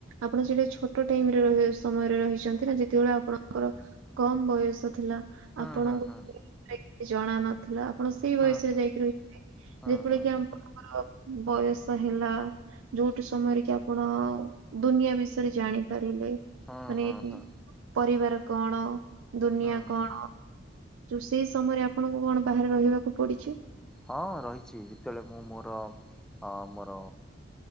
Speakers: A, on the right (about 80°); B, in the centre.
A: ଆପଣ ସେଟା ଛୋଟ ଟାଇମରେ ରହିସ୍ ସମୟରେ ରହିଛନ୍ତି ନା ଯେତେବେଳେ ଆପଣଙ୍କର କମ ବୟସ ଥିଲା।
B: ହୁଁ
A: ଆପଣଙ୍କୁ
B: ହୁଁ ହୁଁ
A: ରେ ଜଣା ନଥିଲା ଆପଣ ସେଇ
B: ହୁଁ
A: ବୟସ ତେଳେ
B: ହୁଁ
A: ଯାଇକି ରହିଛନ୍ତି ଯେତେବେଳେ
B: ହୁଁ
A: କି
B: ହୁଁ
A: ଆମର୍ ବୟସ ହେଲା ଯୋଉଠି ସମୟରେ କି ଆପଣ ଦୁନିଆ ବିଷୟରେ ଜାଣିପାର ମାନେ
B: ହୁଁ ହୁଁ ହୁଁ ହୁଁ
A: ପରିବାର କଣ ଦୁନିଆ
B: ହୁଁ
A: କଣ?
B: ହୁଁ।
A: ସେଇ ସମୟରେ ଆପଣଙ୍କୁ କଣ ବାହାରେ ରହିବାକୁ ପଡିଛି?
B: ହଁ ରହିଛି ଯେତେବେଳେ ମୁଁ ମୋର ଅ ମୋର